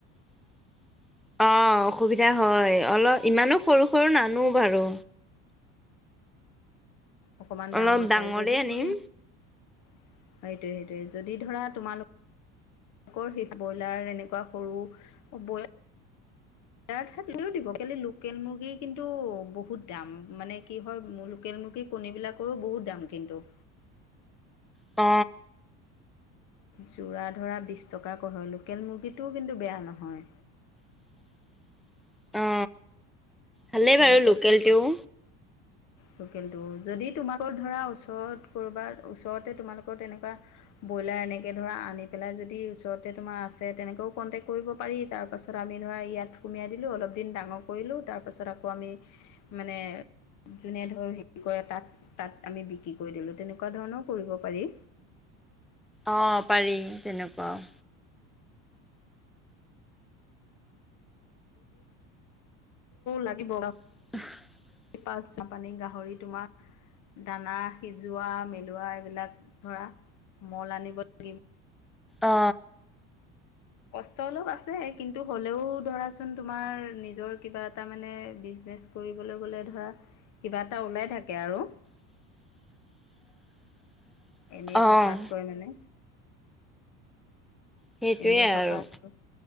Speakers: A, in the centre; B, on the left (about 55°).
A: <unintelligible> অ অসুবিধা হয়। অলপ ইমানো সৰু সৰু নানো বাৰু।
B: অকমান
A: অলপ
B: ডাঙৰ
A: ডাঙৰে
B: চাই। যদি
A: আনিম।
B: সেইটোয়ে সেইটোয়ে। যদি ধৰা তোমালোক মাকৰ হিট ব্ৰইলাৰ এনেকুৱা সৰু বইলা- এনেইও দিব কেলে লোকেল মুৰ্গীৰ কিন্তু বহুত দাম। মানে কি হয় মোৰ লোকেল কণীবিলাকৰো বহুত দাম কিন্তু।
A: অ।
B: যোৰা ধৰা বিশ টকাকৈ হয়। লোকেল মুৰ্গীটোও কিন্তু বেয়া নহয়।
A: <unintelligible> অ ভালেই
B: তেনেকুৱাকৈও
A: বাৰু লোকেলটোও।
B: পায় লোকেলটো। যদি তোমালোকৰ ধৰা ওচৰত কৰবাত ওচৰতে তোমালোকৰ তেনেকুৱা ব্ৰইলাৰ এনেকৈ ধৰা আনি পেলাই যদি ওচৰতে তোমাৰ আছে, তেনেকৈও কণ্টেক্ট কৰিব পাৰি। তাৰপাছত আমি ধ- ধৰা ইয়াত সুমিয়াই দিলোঁ, অলপ দিন ডাঙৰ কৰিলোঁ, তাৰপাছত আকৌ আমি মানে যোনে ধৰ হেৰি কৰে তাত তাত আমি বিক্ৰী কৰি দিলোঁ। তেনেকোৱা ধৰণৰও কৰিব পাৰি।
A: অ পাৰি তেনেকুৱাও।
B: লাগিব।
A: <unintelligible>
B: পাচ পানী গাহৰি তোমাৰ দানা সিজোৱা, মেলোৱা এইবিলাক ধৰা মল আনিব লা-
A: অ।
B: কষ্ট অলপ আছে। কিন্তু হ'লেও ধৰাচোন তোমাৰ নিজৰ কিবা এটা মানে বিজনেছ কৰিবলে ধৰা কিবা এটা ওলাই থাকে আৰু।
A: <unintelligible>
B: এনেই
A: অ',
B: থকাতকৈ মানে,
A: সেইটোৱে
B: এনেই থকাতকৈ
A: আৰু